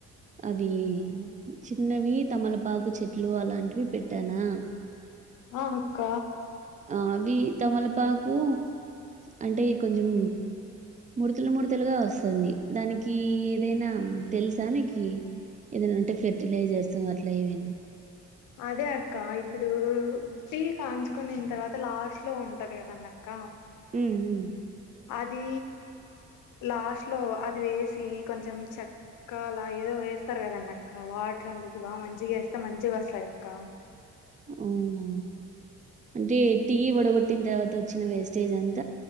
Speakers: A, on the right; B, on the left.
A: అ వీ చిన్నవి తమలపాకు చెట్లు అలాంటివి పెట్టాన న
B: మావక్క
A: ఆ అవి తమలపాకు అంటే కొంచం ముడుతలు మడ్తలుగా వస్తుంది దానికీ ఏదైనా తెలుసానికి ఏదనా ఉం టే ఫెర్టిలైజర్స్ అట్లా ఏవైనా
B: అదే అక్క ఇప్పుడూ టీ కాంచుకునిన తర్వాత లాస్ట్ లో ఉంటది కదన్న అక్క
A: ఉమ్ ఉ
B: అది లాస్ట్లో అది వేసి కొంచం చక్కలా ఏదో వేస్తరు కదండక్క వాటర్ అందుకు బాగ మంచిగా వేస్తే మంచిగా వస్తాయి అక్క
A: అవున అంటే టీ వడగొట్టిన తర్వాత వచ్చిన వేస్టేజ్ అంత